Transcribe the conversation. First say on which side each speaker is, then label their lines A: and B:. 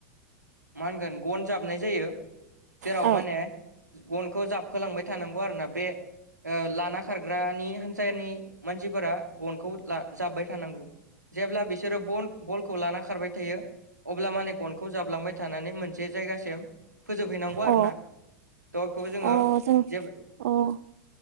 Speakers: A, on the right; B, on the right.
A: मा होनगोन गन जाबनाय जायो जेराव
B: औ
A: माने गनखौ जाबखोलांबाय थानांगौ आरोोना बे लाना खारग्रानि हानसानि मानसिफोरा गनखौ जाब्बाय थानांगौ जेब्ला बिसोरो बलखौ लाना खारबाय थायो अब्ला माने गनखौ जाबलांबाय थानानै मोनसे जायगासिम फोजोबहैनांगौ आरो
B: अ
A: ना थ' बेखौबो जोङो
B: अ जों
A: जे
B: अ